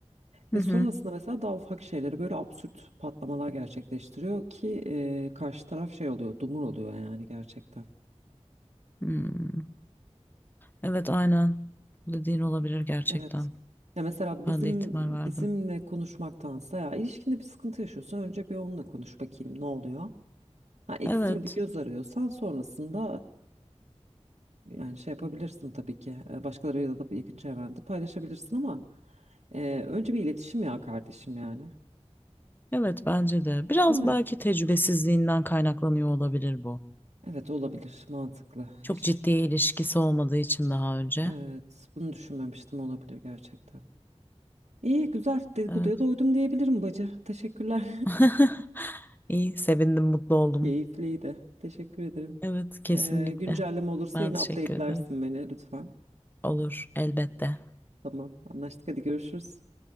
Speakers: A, on the left (about 15°); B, on the right (about 70°).
A: Hı
B: Ve sonrasında
A: hı.
B: mesela daha ufak şeyleri böyle absürt patlamalar gerçekleştiriyor ki e, karşı taraf şey oluyor, dumur oluyor yani gerçekten.
A: Hmm. Evet aynen. Bu dediğin olabilir gerçekten.
B: Evet. Ya mesela bizim
A: Ben de ihtimal verdim.
B: bizimle konuşmaktansa ya ilişkinde bir sıkıntı yaşıyorsan önce bir onunla konuş bakayım ne oluyor. Ha, ekstra
A: Evet.
B: bir göz arıyorsan sonrasında e, yani şey yapabilirsin tabii ki. E, Başkalarıyla da yakın çevrende paylaşabilirsin ama e, önce bir iletişim ya kardeşim yani.
A: Evet bence de. Biraz
B: Değil mi?
A: belki tecrübesizliğinden kaynaklanıyor olabilir bu.
B: Evet olabilir mantıklı.
A: Çok
B: Hiç
A: ciddi ilişkisi olmadığı için daha önce.
B: Evet, bunu düşünmemiştim olabilir gerçekten. İyi, güzel. Dedikoduya
A: Evet.
B: doydum diyebilirim bacı. Teşekkürler.
A: <laughs> İyi, sevindim, mutlu
B: <laughs>
A: oldum.
B: Keyifliydi. Teşekkür ederim.
A: Evet, kesinlikle.
B: Ee, güncelleme olursa
A: Ben
B: yine
A: teşekkür
B: update'lersin
A: ederim.
B: beni lütfen.
A: Olur, elbette.
B: Tamam, anlaştık. Hadi görüşürüz.